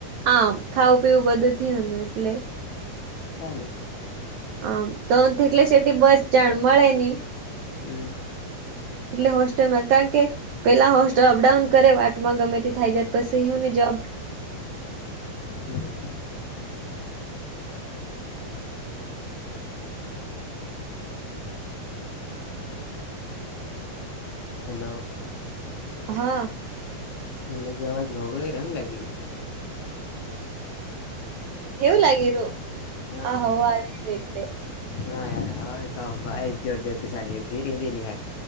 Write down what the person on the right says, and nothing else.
આમ ખાવું પીવું બધું થું એટલે
હમ તો થટલે સેટી બસ જાણમળે નહી
એટલે હોસ્ટેલમાં કારણ કે પેલા હોસ્ટેલ અપડાઉન કરે વાટમાં ગમે તે થાય જાયત પછી હુંને જવાબ
હા
એવું લાગે રહું
આહ હવા આવી એટલે